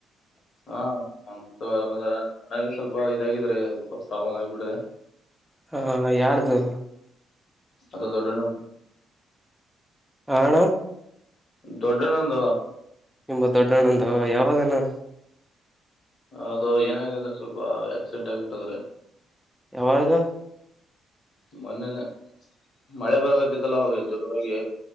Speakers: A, on the left (about 55°); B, in the centre.
A: ಹಾ ನಮ್ತಾವ್ ಆರಾಮದಾರ ಹಾಗೆ ಸ್ವಲ್ಪ ಇದಾಗಿದ್ರೆ ಸ್ವಲ್ಪ ಪ್ರಾಬ್ಲಮ್ ಆಗ್ಬಿಟ್ಟದೆ.
B: ಹಾ ಯಾರ್ದು
A: ಅದು ದೊಡ್ಡಣ್ಣ
B: ಆಣ
A: ದೊಡ್ಡಣ್ಣಂದ
B: ನಿಮ ದೊಡ್ಡಣ್ಣಂದ ಯಾವಗಣ
A: ಅದು ಏನಾಗಿದೆ ಅಂದ್ರೆ ಸ್ವಲ್ಪ ಆಕ್ಸಿಡೆಂಟ್ ಆಗಿ ಬಿಟ್ಟದ ರೀ
B: ಯಾವಾಗ
A: ಮೊನ್ನೆನೇ ಮಳೆ ಬರಕತ್ತತ್ತಲ್ಲ ಅವಾಗ್ ಜೋರಾಗಿ